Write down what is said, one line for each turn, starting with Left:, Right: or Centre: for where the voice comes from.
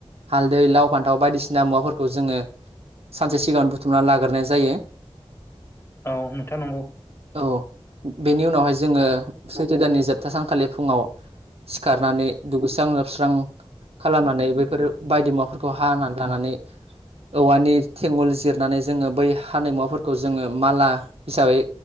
Right: हालदै लाव फान्थाव बायदिसिना मुवाफोरखौ जोङो सानसे सिगां बुथुमना लाग्रोनाय जायो।
Left: औ नोंथां नंगौ
Right: औ बेनि उनावहाय जोङो सैथो दाननि जोबथा सानखालि फुङाव सिखारनानै दुगैस्रां लोब स्रां खालामनानै बैफोर बायदि मुवाफोरखौ हानानै लानानै औवानि थेंगुल जिरनानै जोङो बै हानाय मुवाफोरखौ जोङो माला हिसाबै